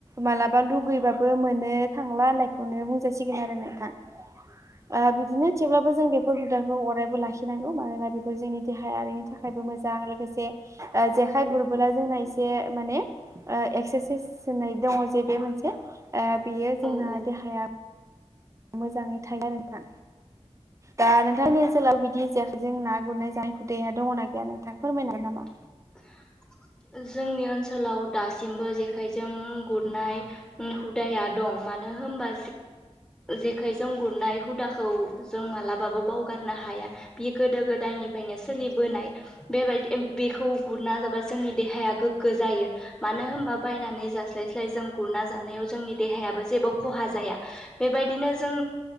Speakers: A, on the right (about 25°); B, in the centre.
A: माबा लुुबैबाबो मोनो थांला होननायखौनो बुंजासिगोन आरो नोंथां
B: <unintelligible>
A: आ बिदिनो थेवब्लाबो जों बे बेफोर हुदाखौ अरायबो लाखिनांगौ मानोना बेफोर जोंनि देहायारिनि थाखायबो मोजां लोगोसे जेखाय गुरबोला जोंना एसे माने एक्सेसाइस होननाय दङ जे बे मोनसे बियो
B: औ
A: जोंना
B: औ
A: देहाया मोजाङै थायो नोंथां दा नोंथांनि ओनसोलाव बिदि जेखाइजों ना गुरनाय जाय हुदाया दङना गैया नोंथां फोरमायनो हागोन नामा
B: <unintelligible> जोंनि ओनसोलाव दासिमबो जेखाइजों गुरनाय हुदाया दं मानो होनबा जेखायजों गुरनाय हुदाखौ जों मालाबाबो बावगारनो हाया बियो गोदो गोदायनिफ्रायनो सोलिबोनाय बेबायदि बेखौ गुरना जाबा जोंनि देहाया गोग्गो जायो मानो होनबा बायनानै जास्लायस्लाय जों गुरना जानायाव जोंनि देहायाबो जेबो खहा जाया बेबायदिनो जों